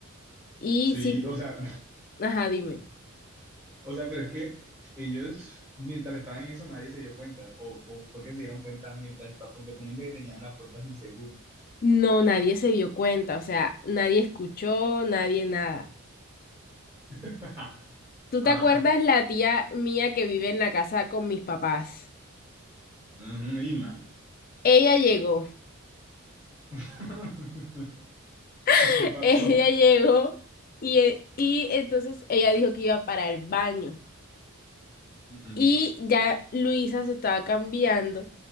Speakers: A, on the left; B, on the right.
A: Y
B: Sí,
A: si,
B: o sea,
A: ajá, dime.
B: o sea, pero es que ellos, mientras estaban en eso, nadie se dio cuenta, o, o fue que se dieron cuenta mientras estaban, porque tú me dijiste que tenían la puerta sin seguro.
A: No, nadie se dio cuenta, o sea, nadie escuchó, nadie nada.
B: <laughs>
A: ¿Tú
B: Ajá.
A: te acuerdas la tía mía que vive en la casa con mis papás?
B: Ujú, Irma.
A: Ella llegó,
B: <laughs>
A: <laughs>
B: ¿Qué pasó?
A: ella llegó y, e- y entonces ella dijo que iba para el baño.
B: ujú.
A: Y ya Luisa se estaba cambiando,